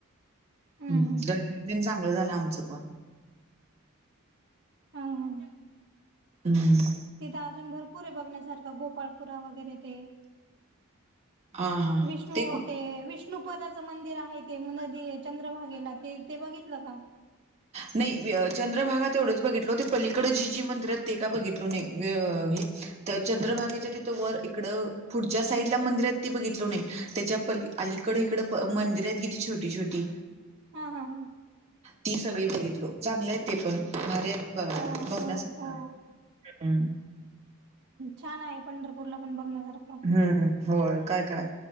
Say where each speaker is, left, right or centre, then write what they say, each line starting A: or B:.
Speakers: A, on the right; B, on the right.
A: हम्म
B: हं.
A: हम्म
B: दर्शन तेन चांगलं झालं आमचं पण.
A: हं. हं.
B: हम्म.
A: तिथे अजून भरपूर आहे बघण्यासारखं गोपाळपुरा वगैरे ते.
B: हां, हां.
A: विष्णु
B: कुठ
A: ते विष्णु- नुपदाचं मंदिर आहे ते. नदी चंद्रभागेला ते ते बघितलं का?
B: नाही. चंद्रभागा तेवढंच बघितलो. ते पलीकडे जी जी मंदिर येत ते का बघितलो नाही. वे हे - तर चंद्रभागेच्या तिथं वर इकडं फुढच्या साईडला मंदिर यत ते बघितलो नाही. त्याच्या पली अलीकड इकडं मंदिर आहेत किती छोटी छोटी.
A: हा. हा. हा.
B: ती सगळी बघितलो. चांगलेय ते पण. भारी आहेत बघायला.
A: हो
B: बघण्यासारखं
A: हो हो
B: आ - हम्म.
A: छान आहे पंढरपूरला पण बघण्यासारखं.
B: हम्म होय काय काय??